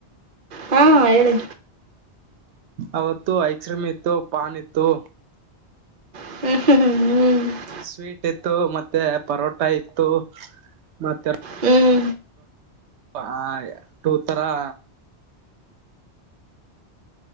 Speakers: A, on the right; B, on the right.
A: ಹಾ ಹೇಳಿ.
B: ಅವತ್ತು ಐಸ್ ಕ್ರೀಮ್ ಇತ್ತು ಪಾನ ಇತ್ತು.
A: <unintelligible>
B: ಸ್ವೀಟ್ ಇತ್ತು ಮತ್ತೆ ಪರೋಟಾ ಇತ್ತು ಮತ್ತೆ
A: ಹ್ಞೂ
B: ಆ ಟು ತರಾ.